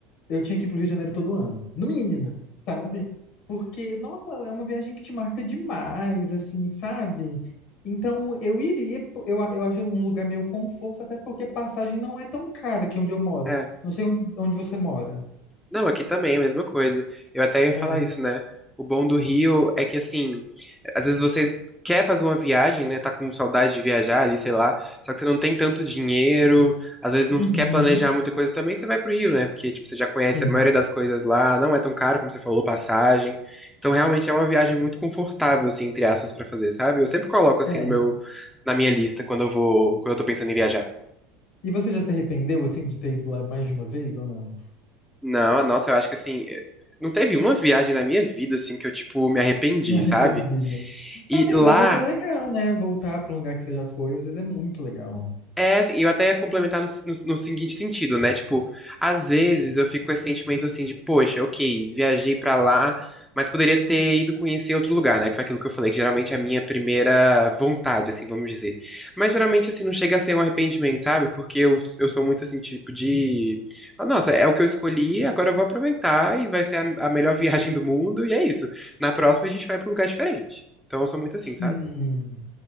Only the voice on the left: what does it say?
eu tinha que ir pro Rio de Janeiro todo ano, no mínimo, sabe? Porque, nossa, é uma viagem que te marca demais, assim, sabe? Então, eu iria, po- eu, eu acho um lugar meio conforto, até porque passagem não é tão cara aqui onde eu moro.
Não sei onde onde você mora.
É.
Uhum.
Sim.
É.
E você já se arrependeu, assim, de ter ido lá mais de uma vez ou não?
Me arrependi,
né?
Tá vendo?
Às vezes é legal, né? Voltar para um lugar que você já foi, às vezes é muito legal.
Sim.